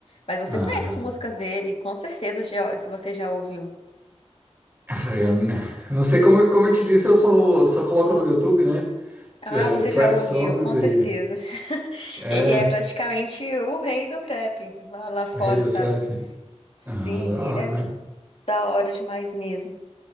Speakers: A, on the left; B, on the right.
A: Mas você
B: Ah.
A: conhece as músicas dele, com certeza já, se você já ouviu.
B: Ah, Eu n- eu não sei como, como eu te disse, eu só, só coloco no YouTube, né?
A: Ah,
B: É,
A: você
B: trap
A: já ouviu,
B: songs
A: com
B: e.
A: certeza. <laughs>
B: É,
A: Ele é praticamente o rei do trap lá, lá fora,
B: o rei do
A: sabe?
B: trap.
A: Sim,
B: Ah, da hora.
A: ele é da hora demais mesmo.